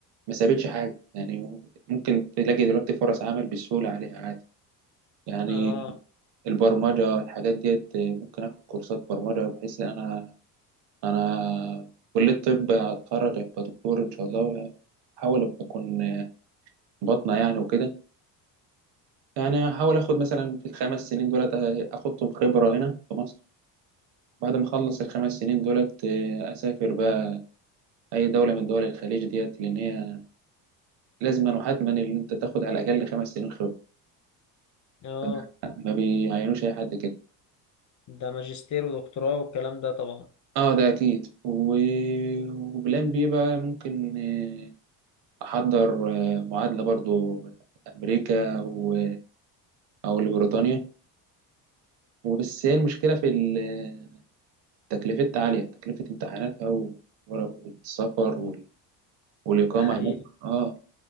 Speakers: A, on the right (about 60°); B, on the left (about 40°).
A: ما سابتش حاجه يعني ممكن تلاقي دلوقتي فرص عمل بسهوله عليها عادي يعني
B: اه
A: البرمجه الحاجات ديت ممكن اخد كورسات برمجه بحيث ان انا انا كليه الطب هتخرج ابقى دكتور ان شاء الله احاول ابقى اكون بطنه يعني وكده يعني هحاول اخد مثلا في الخمس سنين دولت اخدهم خبره هنا في مصر بعد ما اخلص الخمس سنين دولت آه، اسافر بقى اي دوله من دول الخليج ديت لان هي لازما وحتما ان انت تاخد على الاقل خمس سنين خبره
B: اه
A: فلا، ما بيعينوش اي حد كده
B: ده ماجستير ودكتوراه والكلام ده طبعا
A: اه ده اكيد و... وبلان بي بقى ممكن آه، احضر آه، معادله برضو امريكا و... او لبريطانيا وبس هي المشكله في ال- تكلفتها عاليه تكلفه امتحاناتها و... والسفر وال... والاقامه
B: حقيقي
A: هناك اه